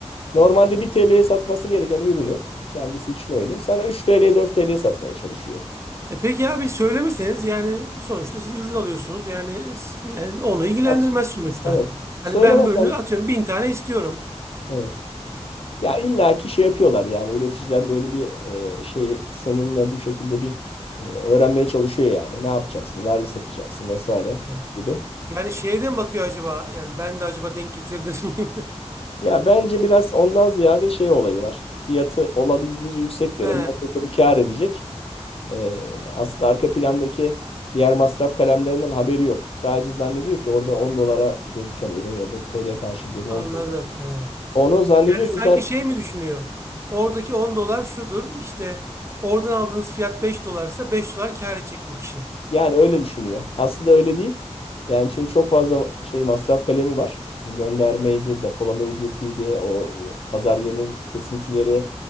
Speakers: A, on the left; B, on the right.
A: Normalde 1 TL'ye satması gereken ürünü kendisi için öyle. Sana 3 TL'ye 4 TL'ye satmaya çalışıyor.
B: E peki abi söylemeseniz yani sonuçta siz ürün alıyorsunuz. Yani, s- yani onu ilgilendirmez
A: Ya,
B: sonuçta.
A: Evet. Söylemesen.
B: Hani ben bir ürünü atıyorum bin tane istiyorum.
A: Evet. Ya illaki şey yapıyorlar yani üreticiler böyle bir e, şeyi seninle bu şekilde bir e, öğrenmeye çalışıyor yani. Ne yapacaksın? Nerede satacaksın vesaire
B: Evet.
A: gibi.
B: Yani şeyden bakıyor acaba yani ben de acaba denk getirebilir miyim? <laughs>
A: Ya bence biraz ondan ziyade şey olayı var. Fiyatı olabildiğince yüksek verelim.
B: He
A: Aslında bu kâr edecek. E, aslında arka plandaki diğer masraf kalemlerinden haberi yok. Sadece zannediyor ki orada 10 dolara gözüken ürün ya da TL karşılığı diyelim
B: anladım
A: 10 TL.
B: evet.
A: Onu zannediyor ki
B: Sanki
A: sen
B: şey mi düşünüyor? Oradaki 10 dolar şudur işte oradan aldığınız fiyat 5 dolarsa 5 dolar kâr edecek bu kişi.
A: Yani öyle düşünüyor. Aslında öyle değil. Yani çünkü çok fazla şey masraf kalemi var. E, Göndermeydi, depolama ücretiydi, o pazar yerinin kesintileri,